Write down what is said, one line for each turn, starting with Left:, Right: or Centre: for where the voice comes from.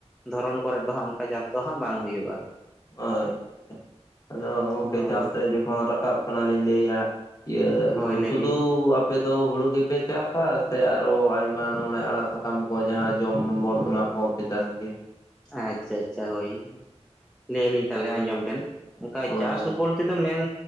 Centre: ᱫᱷᱚᱨᱚᱱ ᱠᱚᱨᱮ ᱫᱚ ᱦᱟᱸᱜ ᱚᱱᱠᱟ ᱪᱟᱥ ᱫᱚ ᱦᱟᱸᱜ ᱵᱟᱝ ᱦᱩᱭᱩᱜᱼᱟ ᱾
Left: ᱟᱪᱪᱷᱟ ᱟᱫᱚ ᱜᱚᱝᱠᱮ
Centre: ᱦᱳᱭ
Left: ᱪᱟᱥ ᱥᱮ ᱡᱚᱠᱷᱚᱱ ᱨᱟᱠᱟᱵ ᱠᱟᱱᱟᱞᱤᱧ ᱞᱟᱹᱭᱮᱼᱟ - ᱤᱭᱟ.
Centre: ᱦᱳᱭ ᱞᱟᱹᱭ
Left: ᱥᱩᱫᱩ
Centre: ᱵᱤᱱ
Left: ᱟᱯ- ᱮᱫᱚ ᱦᱩᱲᱩ ᱜᱮᱯᱮ ᱪᱟᱥᱟ ᱥᱮ ᱟᱨᱚ ᱟᱭᱢᱟ ᱱᱚᱰᱮ ᱟᱲᱟᱜ ᱥᱟᱠᱟᱢ ᱠᱚ ᱡᱟᱦᱟᱸ ᱡᱚᱢ ᱟᱵᱚᱱ ᱚᱱᱟ ᱠᱚ? ᱯᱮ ᱪᱟᱥ ᱜᱮᱭᱟ
Centre: ᱟᱪᱪᱷᱟ ᱟᱪᱪᱷᱟ ᱦᱳᱭ ᱞᱟᱹᱭ ᱟᱞᱤᱧ ᱛᱟᱦᱚᱞᱮ ᱟᱸᱡᱚᱢ ᱵᱮᱱ ᱚᱱᱠᱟ
Left: ᱦᱳᱭ
Centre: ᱪᱟᱥ
Left: ᱦᱳᱭ
Centre: ᱵᱚᱞᱛᱮ ᱫᱚ ᱢᱮᱱ